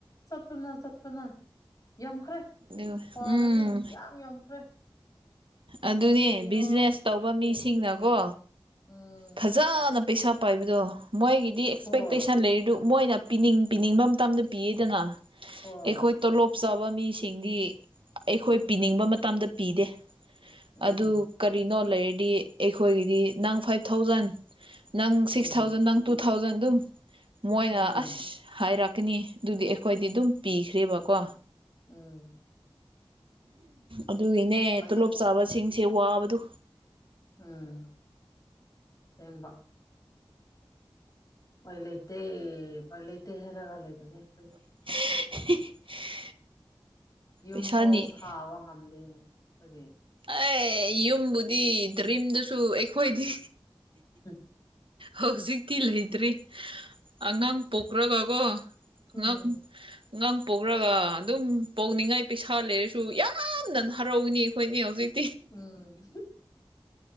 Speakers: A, on the left (about 40°); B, on the right (about 65°).
A: ꯆꯠꯄꯅ ꯆꯠꯄꯅ ꯌꯥꯝꯈ꯭ꯔꯦ
B: ꯑꯗꯨ
A: ꯄꯥꯔꯗꯤ
B: ꯎꯝ
A: ꯌꯥꯝ ꯌꯥꯝꯈ꯭ꯔꯦ
B: ꯑꯗꯨꯅꯦ
A: ꯀꯔꯤꯅꯣ
B: ꯕꯤꯖꯤꯅꯦꯁ
A: ꯁꯤꯗꯤ
B: ꯇꯧꯕ ꯃꯤꯁꯤꯡꯅꯀꯣ
A: ꯎꯝ
B: ꯐꯖꯅ ꯄꯩꯁꯥ ꯄꯥꯏꯕꯗꯣ ꯃꯣꯏꯒꯤꯗꯤ ꯑꯦꯛꯁꯄꯦꯛꯇꯦꯁꯟ
A: ꯍꯣꯏ
B: ꯂꯩꯔꯤꯗꯨ ꯃꯣꯏꯅ ꯄꯤꯅꯤꯡ ꯄꯤꯅꯤꯡꯕ ꯃꯇꯝꯗ ꯄꯤꯌꯦꯗꯅ
A: ꯍꯣꯏ
B: ꯑꯩꯈꯣꯏ ꯇꯣꯂꯣꯞ ꯆꯥꯕ ꯃꯤꯁꯤꯡꯗꯤ ꯑꯩꯈꯣꯏ ꯄꯤꯅꯤꯡꯕ ꯃꯇꯝꯗ ꯄꯤꯗꯦ
A: ꯎꯝ
B: ꯑꯗꯨ ꯀꯔꯤꯅꯣ ꯂꯩꯔꯗꯤ ꯑꯩꯈꯣꯏꯒꯤꯗꯤ ꯅꯪ ꯐꯥꯏꯚ ꯊꯥꯎꯖꯟ ꯅꯪ ꯁꯤꯛꯁ
A: ꯎꯝ
B: ꯊꯥꯎꯖꯟ ꯅꯪ ꯇꯨ ꯊꯥꯎꯖꯟ ꯑꯗꯨꯝ ꯃꯣꯏꯅ
A: ꯎꯝ
B: ꯑꯁ ꯍꯥꯏꯔꯛꯀꯅꯤ ꯑꯗꯨꯗꯤ ꯑꯩꯈꯣꯏꯗꯤ ꯑꯗꯨꯝ ꯄꯤꯈ꯭ꯔꯦꯕꯀꯣ
A: ꯎꯝ
B: ꯑꯗꯨꯒꯤꯅꯦ
A: ꯎꯄꯥꯏ
B: ꯇꯣꯂꯣꯞ
A: ꯂꯩꯇꯦ
B: ꯆꯥꯕꯁꯤꯡꯁꯦ ꯋꯥꯕꯗꯨ
A: ꯎꯝ ꯁꯦꯝꯕ ꯄꯥꯏꯂꯩꯇꯩ ꯄꯥꯏꯂꯩꯇꯩ ꯍꯔꯒ ꯂꯩꯕꯅꯤ ꯑꯩꯈꯣꯏꯁꯨ
B: <inaudible> <inaudible>
A: ꯌꯨꯝꯐꯥꯎ
B: ꯄꯩꯁꯥꯅꯤ
A: ꯁꯥꯕ ꯉꯝꯗꯦ ꯈꯣꯏꯗꯤ
B: ꯑꯦ ꯌꯨꯝꯕꯨꯗꯤ ꯗ꯭ꯔꯤꯝꯗꯁꯨ ꯑꯩꯈꯣꯏꯗꯤ
A: ꯎꯝ
B: ꯍꯧꯖꯤꯛꯇꯤ ꯂꯩꯇ꯭ꯔꯤ ꯑꯉꯥꯡ ꯄꯣꯛꯈ꯭ꯔꯒꯀꯣ
A: ꯎꯝ
B: ꯑꯉꯥꯡ ꯑꯉꯥꯡ ꯄꯣꯛꯔꯒ ꯑꯗꯨꯝ ꯄꯣꯛꯅꯤꯡꯉꯥꯏ ꯄꯩꯁꯥ ꯂꯩꯔꯁꯨ ꯌꯥꯝꯅ ꯍꯔꯥꯎꯒꯅꯤ ꯑꯩꯈꯣꯏꯅꯦ ꯍꯧꯖꯤꯛ <inaudible>
A: ꯎꯝ